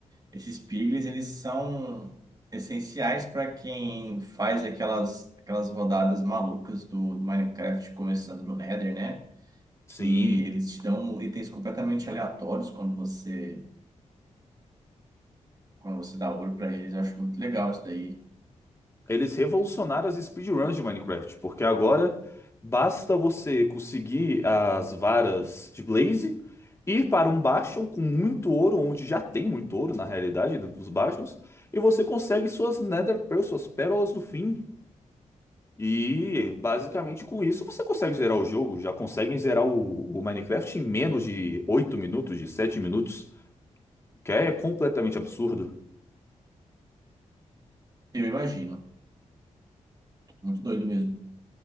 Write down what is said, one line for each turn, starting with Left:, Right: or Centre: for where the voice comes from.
Right: Esses piglins, eles são essenciais para quem faz aquelas, aquelas rodadas malucas do Minecraft, começando no Nether, né?
Left: Sim.
Right: Que eles te dão itens completamente aleatórios quando você, quando você dá ouro para eles. Eu acho muito legal isso daí.
Left: Eles revolucionaram as speedruns de Minecraft, porque agora basta você conseguir as varas de Blaze, ir para um bastion com muito ouro, onde já tem muito ouro na realidade dentro dos bastions, e você consegue suas Nether Pearls, suas pérolas do fim. E basicamente com isso você consegue zerar o jogo, já conseguem zerar o, o Minecraft em menos de 8 minutos, de 7 minutos, que é completamente absurdo.
Right: Eu imagino. Muito doido mesmo.